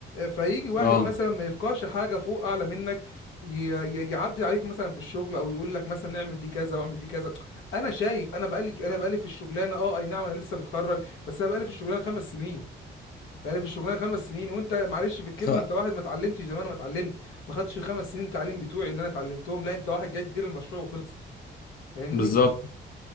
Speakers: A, on the left; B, on the left.
A: فيجي واحد
B: اه
A: مثلا ما يفقهش حاجة فوق أعلى منك ي- ي- يعدي عليك مثلا في الشغل او يقول لك مثلا نعمل دي كذا واعمل دي كذا انا شايف انا بقالي انا بقالي في الشغلانه اه اي نعم انا لسه متخرج بس انا بقالي في الشغلانه خمس سنين بقالي في الشغلانه خمس سنين وانت معلش في الكلمه
B: سواء
A: انت واحد ما اتعلمتش زي ما انا ما اتعلمت ما خدتش الخمس سنين تعليم بتوعي اللي انا اتعلمتهم لا انت واحد جاي تدير المشروع وخلصت فاهمني
B: بالظبط